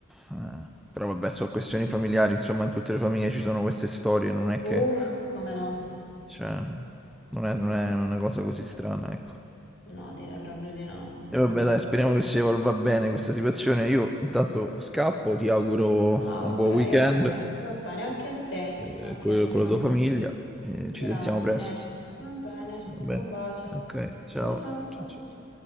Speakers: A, in the centre; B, on the left.
A: Eh, però vabbè, sono questioni familiari, insomma, in tutte le famiglie ci sono queste storie, non è
B: Uh,
A: che
B: come no?
A: cioè, non è, non è una cosa così strana, ecco.
B: No, direi proprio di no.
A: E vabbè, dai, speriamo che si evolva bene questa situazione. Io intanto scappo, ti auguro
B: Ah,
A: un
B: ok,
A: buon weekend
B: ok. Va bene, anche a te,
A: eh,
B: anche
A: con,
B: a te.
A: con la tua famiglia e
B: Grazie.
A: ci sentiamo presto.
B: Va bene,
A: Va
B: un
A: bene.
B: bacio.
A: Ok, ciao.
B: Ciao ciao, ciao
A: Ciao, ciao.
B: ciao ciao.